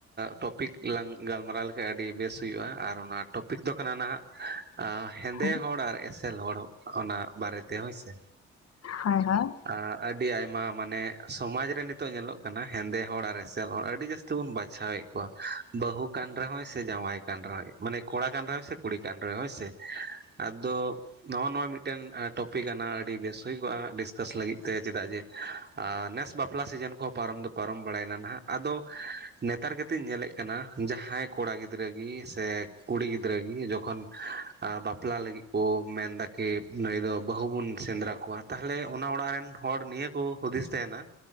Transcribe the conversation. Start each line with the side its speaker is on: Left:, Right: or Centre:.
Right: ᱴᱚᱯᱤᱠ ᱞᱟᱝ ᱜᱟᱞᱢᱟᱨᱟᱣ ᱞᱮᱠᱷᱟᱡ ᱟᱹᱰᱤ ᱵᱮᱥ ᱦᱩᱭᱩᱜᱼᱟ ᱟᱨ ᱚᱱᱟ ᱴᱚᱯᱤᱠ ᱫᱚ ᱠᱟᱱᱟ ᱱᱟᱦᱟᱜ ᱟ ᱦᱮᱸᱫᱮ
Left: ᱦᱳᱭ
Right: ᱦᱚᱲ ᱟᱨ ᱮᱥᱮᱞ ᱦᱚᱲ ᱚᱱᱟ ᱵᱟᱨᱮ ᱛᱮ ᱦᱳᱭ ᱥᱮ,
Left: ᱦᱳᱭ ᱦᱳᱭ ᱦᱳᱭ
Right: ᱟ ᱟᱹᱰᱤ ᱟᱭᱢᱟ ᱢᱟᱱᱮ ᱥᱚᱢᱟᱡ ᱨᱮ ᱱᱤᱛᱚᱜ ᱧᱮᱞᱚᱜ ᱠᱟᱱᱟ ᱦᱮᱸᱫᱮ ᱦᱚᱲ ᱟᱨ ᱮᱥᱮᱞ ᱦᱚᱲ ᱟᱹᱰᱤ ᱡᱟᱹᱥᱛᱤ ᱵᱚᱱ ᱵᱟᱪᱷᱟᱣ ᱮᱫ ᱠᱚᱣᱟ ᱵᱟᱹᱦᱩ ᱠᱟᱱ ᱨᱮᱦᱚᱸᱭ ᱥᱮ ᱡᱟᱶᱟᱭ ᱠᱟᱱ ᱨᱮᱦᱚᱸᱭ ᱢᱟᱱᱮ ᱠᱚᱲᱟ ᱠᱟᱱ ᱨᱮᱦᱚᱸᱭ ᱥᱮ ᱠᱩᱲᱤ ᱠᱟᱱ ᱨᱮᱦᱚᱸ ᱦᱳᱭ ᱥᱮ᱾ ᱟᱫᱚ ᱱᱚᱜᱼᱚ ᱱᱚᱣᱟ ᱢᱤᱫ ᱴᱮᱱ ᱴᱚᱯᱤᱠ ᱟᱱᱟ ᱟᱹᱰᱤ ᱵᱮᱥ ᱦᱩᱭ ᱠᱚᱜ-ᱟ ᱰᱤᱥᱠᱟᱥ ᱞᱟᱹᱜᱤᱫ ᱛᱮ ᱪᱮᱫᱟᱜ ᱡᱮ ᱟ ᱱᱮᱥ ᱵᱟᱯᱞᱟ ᱥᱤᱡᱤᱱ ᱠᱚᱦᱚᱸ ᱯᱟᱨᱚᱢ ᱫᱚ ᱯᱟᱨᱚᱢ ᱵᱟᱲᱟᱭᱮᱱᱟ ᱱᱟᱦᱟᱜ ᱟᱫᱚ ᱱᱮᱛᱟᱨ ᱠᱟᱛᱤᱧ ᱧᱮᱞᱮᱫ ᱠᱟᱱᱟ ᱡᱟᱦᱟᱸᱭ ᱠᱚᱲᱟ ᱜᱤᱫᱽᱨᱟᱹᱜ ᱜᱤ ᱥᱮ ᱠᱩᱲᱤ ᱜᱤᱫᱽᱨᱟᱹᱜ ᱜᱤ ᱡᱚᱠᱷᱚᱱ ᱵᱟᱯᱞᱟ ᱞᱟᱹᱜᱤᱫ ᱠᱚ ᱢᱮᱱᱫᱟ ᱠᱤ ᱱᱩᱭ ᱫᱚ ᱵᱟᱹᱦᱩ ᱵᱩᱱ ᱥᱮᱸᱫᱽᱨᱟ ᱠᱚᱣᱟ᱾ ᱛᱟᱦᱚᱞᱮ ᱚᱱᱟ ᱚᱲᱟᱜ ᱨᱮᱱ ᱦᱚᱲ ᱱᱤᱭᱟᱹ ᱠᱚ ᱦᱩᱫᱤᱥ ᱛᱟᱦᱮᱱᱟ